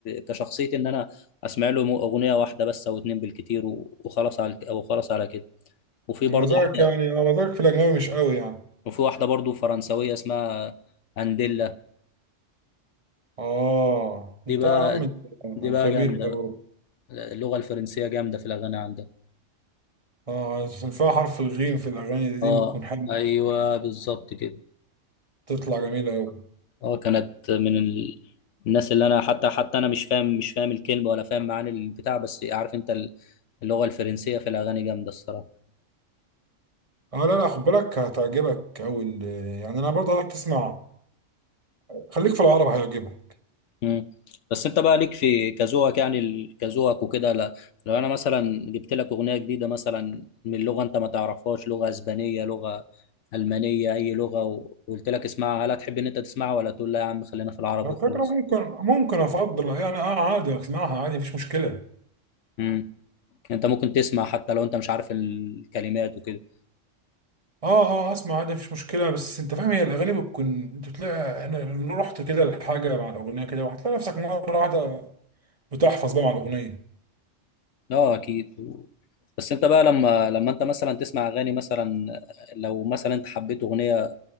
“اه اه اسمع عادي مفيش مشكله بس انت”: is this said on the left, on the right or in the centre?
Right